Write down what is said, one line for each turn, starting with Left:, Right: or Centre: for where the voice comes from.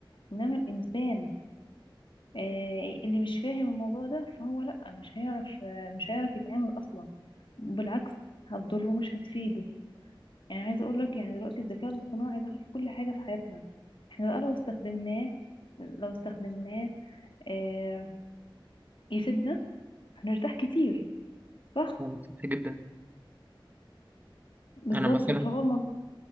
Left: انما الانسان آه، اللي مش فاهم الموضوع ده فهو لأ مش هيعرف آه، مش هيعرف يتعامل أصلا بالعكس هتضره مش هتفيده يعني عايزة أقولك يعني دلوقتي الذكاء الاصطناعي دخل في كل حاجة في حياتنا احنا بقى لو استخدمناه لو استخدمناه آه، يفيدنا هنرتاح كتير صح
Right: ده سطحي جدا
Left: بالظبط
Right: أنا مثلا
Left: فهو الموضوع